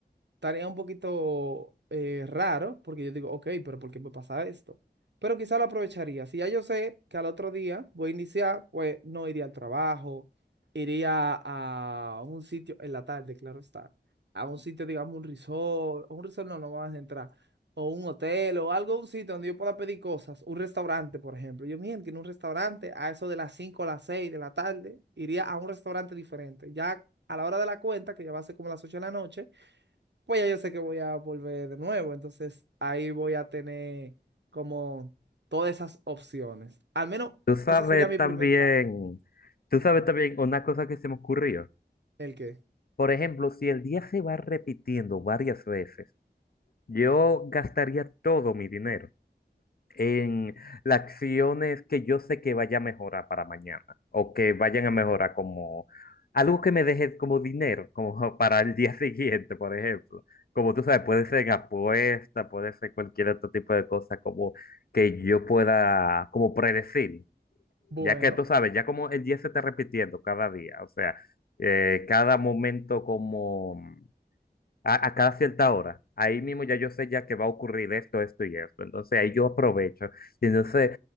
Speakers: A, on the right (about 85°); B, on the left (about 60°).
A: tarea un poquito eh, raro, porque yo digo, ok, pero ¿por qué me pasa esto? Pero quizá lo aprovecharía. Si ya yo sé que al otro día voy a iniciar, pues no iría al trabajo, iría a un sitio en la tarde, claro está, a un sitio, digamos, un resort, o un resort no, no me vas a entrar, o un hotel, o algo, un sitio donde yo pueda pedir cosas, un restaurante, por ejemplo. Yo, miren, que en un restaurante, a eso de las 5 o las 6 de la tarde, iría a un restaurante diferente. Ya a la hora de la cuenta, que ya va a ser como las 8 de la noche, pues ya yo sé que voy a volver de nuevo. Entonces ahí voy a tener como todas esas opciones. Al menos
B: Tú sabes
A: ese sería mi
B: también,
A: primer paso.
B: tú sabes también una cosa que se me ocurrió.
A: ¿El qué?
B: Por ejemplo, si el día se va repitiendo varias veces, yo gastaría todo mi dinero en las acciones que yo sé que vaya a mejorar para mañana o que vayan a mejorar como algo que me deje como dinero, como <laughs> para el día siguiente, por ejemplo. Como tú sabes, puede ser en apuesta, puede ser cualquier otro tipo de cosa como que yo pueda como predecir.
A: Bueno,
B: Ya que tú sabes, ya como el día se está repitiendo cada día, o sea, eh, cada momento como a, a cada cierta hora, ahí mismo ya yo sé ya que va a ocurrir esto, esto y esto. Entonces ahí yo aprovecho y entonces